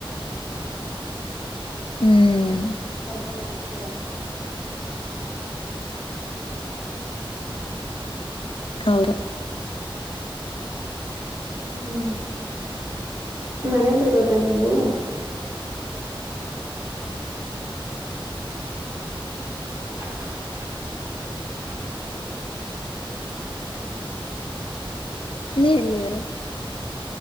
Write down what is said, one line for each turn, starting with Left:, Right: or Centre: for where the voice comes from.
Left: ಹ್ಮ್
Right: ಆಯಿತ್ ಆಯಿತೋ ಮಾಡ್. ಬರಲ್ಲ
Left: ಹೌದು
Right: ಹ್ಮ ಮನೇಯಲ್ಲಿರೋದಾ ನೀವು <inaudible>
Left: ನೀವು ಎಲ್ಲಿರದು